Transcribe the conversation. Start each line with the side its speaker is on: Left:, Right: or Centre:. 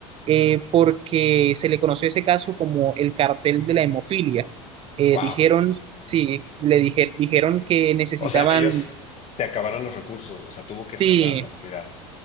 Right: eh, porque se le conoció ese caso como el cartel de la hemofilia. Eh,
Left: wow.
Right: dijeron, sí, le dije- dijeron que necesitaban,
Left: O sea, ellos se acabaron los recursos, o sea, tuvo que
Right: sí,
Left: cerrar la entidad.